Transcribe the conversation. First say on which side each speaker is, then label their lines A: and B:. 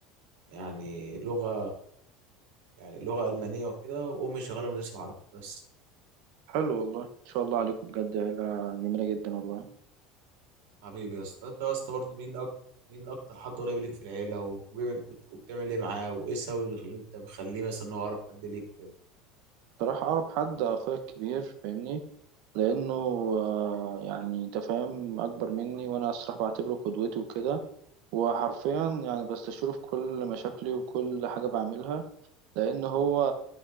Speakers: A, on the right (about 80°); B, on the right (about 60°).
A: يعني لغة يعني لغة ألمانية وكده وأمي شغالة مدرسة عربي بس
B: حلو والله ان شاء الله عليكم بجد عيلة جميلة جدا والله
A: حبيبي يا اسطى أنت يا اسطى برضه مين أكتر مين أكتر حد قريب ليك في العيلة و- وبيعمل- وبتعمل إيه معاه وإيه السبب اللي خل- أنت مخليه مثلا إن هو أقرب حد ليك وكده
B: بصراحة اعرف حد اخويا الكبير فاهمني لانه آه، يعني انت فاهم اكبر مني وانا الصراحه بعتبره قدوتي وكده وحرفيا يعني بستشيره في كل مشاكلي وكل حاجه بعملها لأن هو